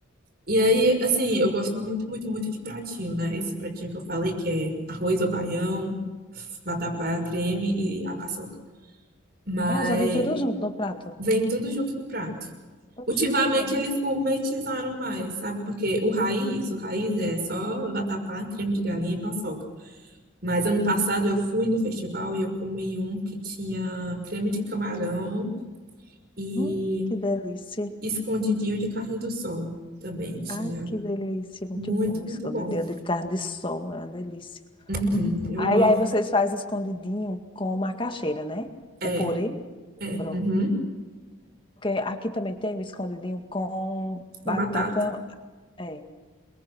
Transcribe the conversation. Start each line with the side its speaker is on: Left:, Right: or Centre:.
Right: E aí, assim, eu gosto muito, muito, muito de pratinho, né? Esse pratinho que eu falei, que é arroz ou baião, vatapá, creme e a paçoca. Mas
Left: Ah, já vem tudo junto no prato.
Right: vem tudo junto do prato.
Left: Poxa,
Right: Ultimamente
Left: que bom.
Right: eles gourmetizaram mais, sabe? Porque o raiz, o raiz é só vatapá, creme de galinha e paçoca. Mas ano passado eu fui no festival e eu comi um que tinha creme de camarão e
Left: Hum, que delícia.
Right: escondidinho de carne do sol também tinha.
Left: Ai, que delícia. Muito
Right: Muito,
Left: bom.
Right: muito
Left: Escondidinho
Right: bom.
Left: de carne de sol, é uma delícia.
Right: Uhum, eu
Left: Aí,
Right: amo.
Left: aí vocês fazem escondidinho com macaxeira, né?
Right: É,
Left: O purê.
Right: é,
Left: Pronto.
Right: uhum,
Left: Porque aqui também tem o escondidinho com batata
Right: com a batata.
Left: É,